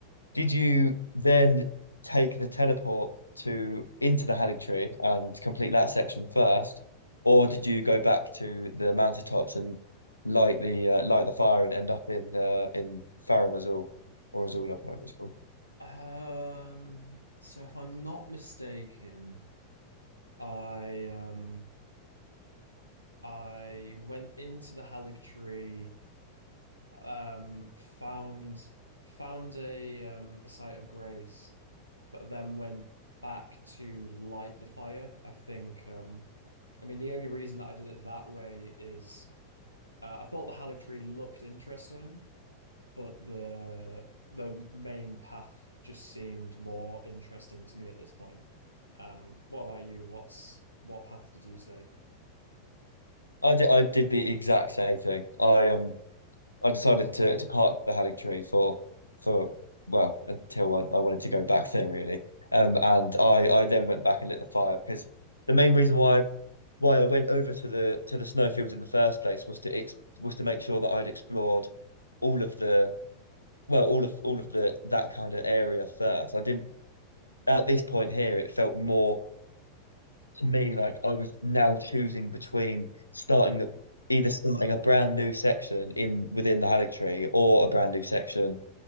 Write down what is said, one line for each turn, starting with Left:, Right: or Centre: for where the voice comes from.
Left: did you then take the teleport to into the Halik Tree and complete that section first, or did you go back to the mountaintops and light the uh, light the fire and end up in uh, in Farum Azula or Azula, whatever it's called?
Right: Um, so if I'm not mistaken, I um I went into the Hallig Tree, um, found found a um a site of grace, but then went back to light the fire. I think um I mean the only reason that I did it that way is uh, I thought the Hallig Tree looked interesting. but the the main path just seemed more interesting to me at this point. Um, what about you? What's what path did you take?
Left: I did I did the exact same thing. I um I decided to to park the Halik Tree for for well until I, I wanted to go back there really. Um and I I then went back and lit the fire because the main reason why why I went over to the to the snowfield in the first place was to ex was to make sure that I'd explored all of the well all of all of the that kind of area first. I didn't at this point here it felt more to me like I was now choosing between starting the- either starting a brand new section in within the Hallig tree or a brand new section